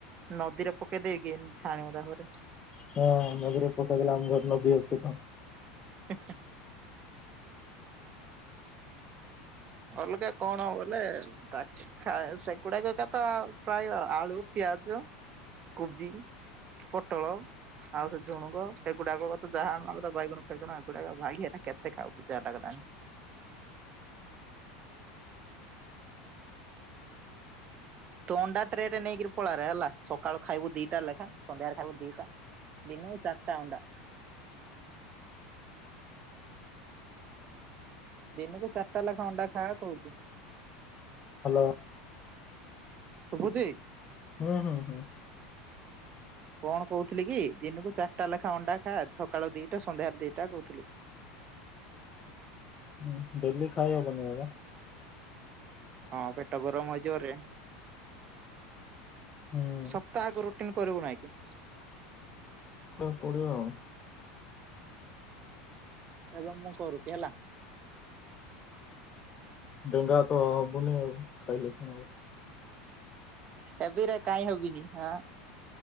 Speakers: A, on the right; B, on the left.
A: ନଦୀରେ ପକ ଦେଇଗି ଛାଣ ହରେ
B: ହଁ ନଦୀରେ ପଟ କଲେ ଆମ ଘର ନଦୀ ଅଛି ତ
A: ହ ଅଲଗା କଣ ବୋଲେ ତା ସେଗୁଡାକ ଏକ ତ ପ୍ରାୟ ଆଳୁ ପିଆଜ କୋବି ପଟଳ ଆଉ ସେ ଝୁଗ ଏଗୁାକ କ ଯାହା ବାଇଗଣ ଫେଗୁଣ ଏଗୁଡାକ ଭାଗି ହେ କେତେ ଖାଉ ବିଚ ଲାଗଲାାନି ତ ଅଣ୍ଡା ଟ୍ରେରେ ନେଇକରି ପଳାରେ ହେଲା ସକାଳୁ ଖାଇବୁ ଦିଟା ଲେଖା ସନ୍ଧ୍ୟାରେ ଖାଇବୁ ଦିଟା ଦିନ ଚରଟା ଅଉଣ୍ଡା ଦିନକୁ ଚାରିଟା ଲେଖା ଅଣ୍ଡା ଖାଇବା କହୁଚଛି
B: ହ୍ୟାଲୋ
A: ଶୁଭୁଛି?
B: ହୁଁ ହୁଁ ହୁଁ
A: କଣ କହୁଥିଲି କି ଦିନକୁ ଚାରିଟା ଲେଖାଏ ଅଣ୍ଡା ଖା ସକାଳୁ ଦିଟା ସନ୍ଧ୍ୟାରେ ଦିଟା କହୁଥିଲି।
B: ହ ଡେଲି ଖାଇବାବନି ବାବା।
A: ହଁ ପେଟ ଗରମ ହଯିବରେ
B: ହୁଁ।
A: ସପ୍ତାହକୁ ରୁଟିନ କରିବୁ ନାଇଁ କି?
B: କ ପଡିବ ଆଉ
A: ଏ ମୁଁ କରୁଛି ହେଲା।
B: ଡେଙ୍ଗା ତ ହବୁନି ଆଉ ଖାଇଲେ କଣ ହବ।
A: ଏବେରେ କାହିଁ ହବିନି ହଁ।